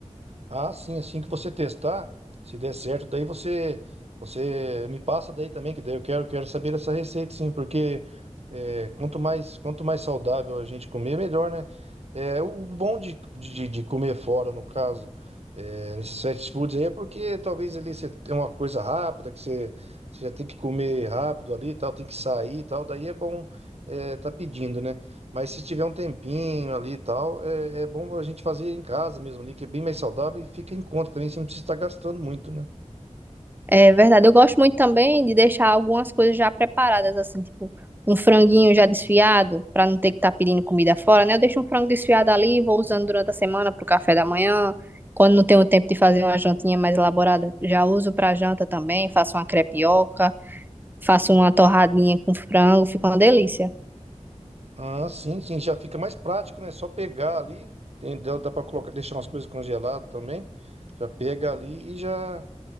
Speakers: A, on the right (about 60°); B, on the right (about 15°).
A: Ah, sim, assim que você testar, se der certo, daí você você me passa daí também, que daí eu quero, quero saber essa receita, sim, porque é, quanto mais quanto mais saudável a gente comer, melhor, né? É, o bom de, de, de comer fora, no caso, é, nesses fast foods aí, é porque talvez ali você tem uma coisa rápida, que você, você já tem que comer rápido ali e tal, tem que sair e tal, daí é bom é, tá pedindo, né? Mas se tiver um tempinho ali e tal, é, é bom a gente fazer em casa mesmo ali, que é bem mais saudável e fica em conta também, você não precisa estar gastando muito, né?
B: É verdade. Eu gosto muito também de deixar algumas coisas já preparadas, assim, tipo um franguinho já desfiado, para não ter que estar pedindo comida fora, né? Eu deixo um frango desfiado ali, vou usando durante a semana para o café da manhã. Quando não tenho tempo de fazer uma jantinha mais elaborada, já uso para janta também. Faço uma crepioca, faço uma torradinha com frango, fica uma delícia.
A: Ah, sim, sim, já fica mais prático, né? Só pegar ali, tem, dá, dá para colocar, deixar umas coisas congeladas também, já pega ali e já